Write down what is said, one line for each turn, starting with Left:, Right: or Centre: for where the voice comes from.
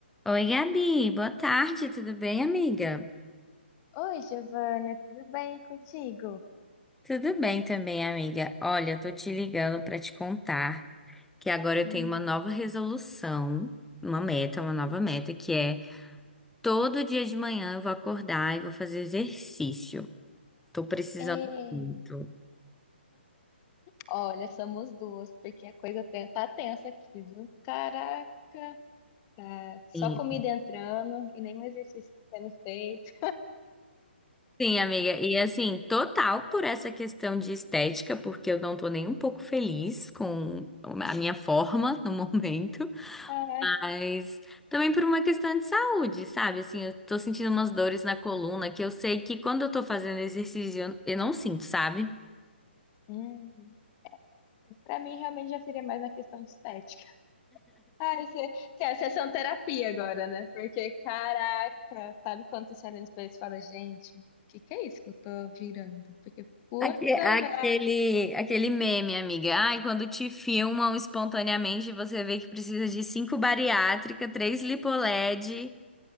Centre: Oi, Gabi, boa tarde, tudo bem, amiga?
Left: Oi, Giovana, tudo bem contigo?
Centre: Tudo bem também, amiga. Olha, eu tô te ligando pra te contar que agora eu
Left: Hum.
Centre: tenho uma nova resolução, uma meta, uma nova meta, que é todo dia de manhã eu vou acordar e vou fazer exercício. Tô precisando
Left: Eita,
Centre: muito.
Left: olha, somos duas, porque a coisa ten- tá tensa aqui, viu? Caraca, É, só
Centre: Sim,
Left: comida entrando e nenhum exercício sendo feito.
Centre: Sim, amiga, e assim, total por essa questão de estética, porque eu não tô nem um pouco feliz com a minha forma no momento.
Left: Ah,
Centre: Mas também por uma questão de saúde, sabe? Assim, eu tô sentindo umas dores na coluna que eu sei que quando eu tô fazendo exercício eu eu não sinto, sabe?
Left: Hum, pra mim, realmente já seria mais na questão de estética. Ai, cê, cê, é sessão terapia agora, né? Porque, caraca, sabe quando você olha no espelho e fala, gente, o que que é isso que eu tô virando? Porque, puta
Centre: Aque- Aquele,
Left: merda.
Centre: aquele meme, amiga. Ai, quando te filmam espontaneamente, você vê que precisa de cinco bariátrica, três lipoled,